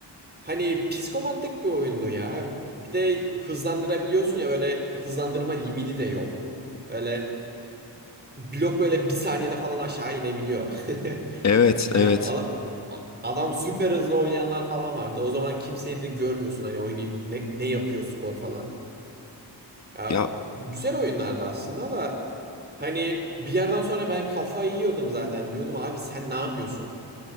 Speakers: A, on the right; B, on the left.
A: hani psikopatlık bir oyundu ya. Bir de hızlandırabiliyorsun ya böyle hızlandırma limiti de yok. Öyle blok böyle bir saniyede falan aşağı inebiliyor. <laughs>
B: Evet,
A: Yani
B: evet.
A: ada- adam süper hızlı oynayanlar falan vardı. O zaman kimseyi de görmüyorsun hani oynayıp ne, ne yapıyor skor falan. Ya
B: Ya
A: güzel oyunlardı aslında da hani bir yerden sonra ben kafayı yiyordum zaten. Diyordum abi sen ne yapıyorsun?